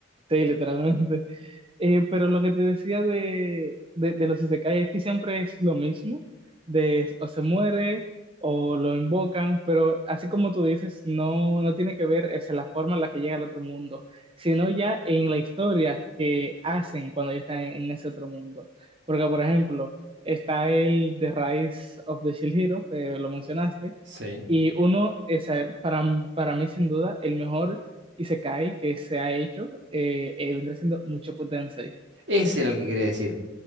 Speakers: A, on the right; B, on the right.
A: Sí, literalmente. Eh, pero lo que te decía de, de, de los isekai es que siempre es lo mismo, de o se muere o lo invocan, pero así como tú dices, no, no tiene que ver es la forma en la que llega al otro mundo, sino ya en la historia que hacen cuando ya están en, en ese otro mundo. Porque, por ejemplo, está el The Rise of the Shield Hero, que lo mencionaste,
B: Sí.
A: y uno, es, eh, para, para mí sin duda, el mejor isekai que se ha hecho, eh, eh, vendría siendo Mushoku Tensei
B: Ese era el que quería decir.